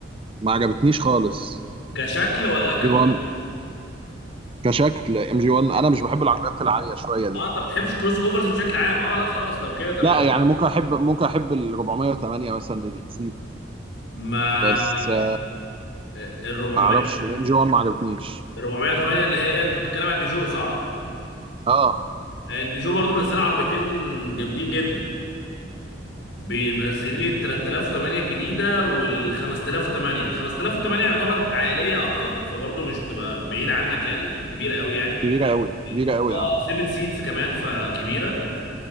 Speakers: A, on the right (about 30°); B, on the left (about 70°).
A: ما عجبتنيش خالص
B: كشكل ولا كمطلوب
A: جي 1 كشكل ام جي 1 انا مش بحب العربيات العاليه شويه دي
B: اه انت ما بتحبش كروس اوفرز بشكل عام اه لا خلاص لو كده تمام
A: لا يعني ممكن احب ممكن احب ال 408 مثلا الاكسيد
B: ما
A: بس آه،
B: ال 400
A: ما اعرفش الام جي 1 ما عجبتنيش
B: 408 اللي هي انت بتتكلم على البيجو صح؟
A: اه
B: آه، البيجو برضه منزله عربيتين جامدين جدا منزلين ال 3008 الجديده وال 5008 ال 5008 يعتبر عائليه اكتر فبرضه مش هتبقى بعيده عنك يعني كبيره قوي يعني
A: كبيره قوي كبيره قوي
B: اه
A: اه
B: 7 سيتس كمان فكبيره